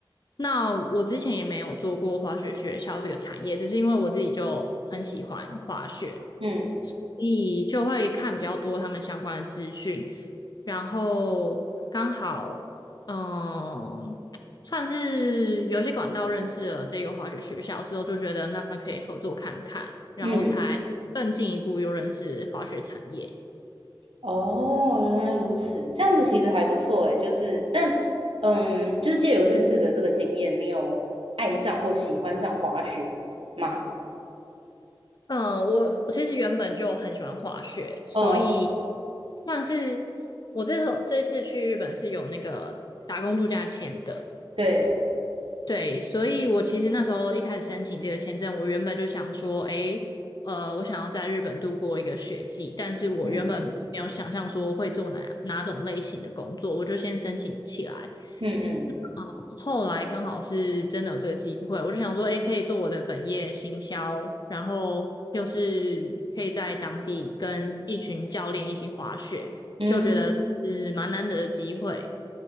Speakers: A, on the left (about 50°); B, on the right (about 85°).
A: 那我之前也没有做过滑雪学校这个产业，只是因为我自己就很喜欢滑雪。
B: 嗯
A: 你就会看比较多他们相关的资讯，然后刚好，嗯，算是有些管道认识了这个滑雪学校之后，就觉得那可以合作看看，然后才更进一步又认识滑雪产业。
B: 嗯。哦，原来如此，这样子其实还不错诶，就是，但，嗯，就是借由这次的这个经验，你有爱上或喜欢上滑雪吗？
A: 嗯，我我其实原本就很喜欢滑雪，所以
B: 哦，
A: 算是我这次这次去日本是有那个打工度假签的。
B: 对，
A: 对，所以我其实那时候一开始申请这个签证，我原本就想说，诶，呃，我想要在日本度过一个雪季，但是我原本没有想象说会做哪哪种类型的工作，
B: 嗯
A: 我就先申请起来。
B: 嗯嗯
A: 呃后来刚好是真的有这个机会，我就想说，诶，可以做我的本业行销，然后又是可以在当地跟一群教练一起滑雪，
B: 嗯，
A: 就觉得是蛮难得的机会。